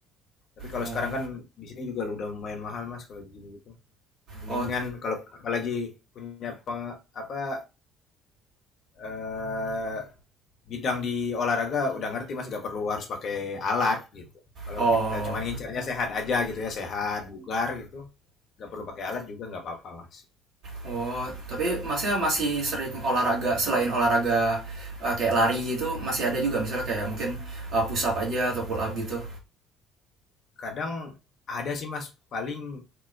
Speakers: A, on the left (about 50°); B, on the right (about 55°).
A: Tapi kalau
B: Oh,
A: sekarang kan di sini juga udah lumayan mahal Mas kalau gini gitu. Mendingan
B: oh,
A: kalau apalagi punya pe- apa eh, bidang di olahraga udah ngerti Mas nggak perlu harus pakai alat gitu. Kalau
B: oh,
A: kita cuma ngincarnya sehat aja gitu ya, sehat, bugar gitu. Nggak perlu pakai alat juga nggak apa-apa Mas.
B: oh. Tapi masnya masih sering olahraga selain olahraga eh, kayak lari gitu, masih ada juga misalnya kayak mungkin eh, push up aja atau pull up gitu.
A: Kadang ada sih Mas paling